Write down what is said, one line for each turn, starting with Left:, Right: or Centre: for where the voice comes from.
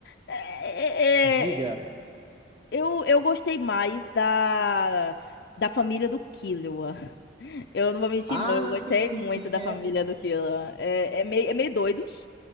Left: É,
Right: diga.
Left: é, é, eu, eu gostei mais da da família do Killua. Eu não vou mentir,
Right: Ah,
Left: não, eu
Right: não,
Left: gostei
Right: sim, sim,
Left: muito
Right: sim,
Left: da família
Right: é.
Left: do Killua. É, é meio, é meio doidos.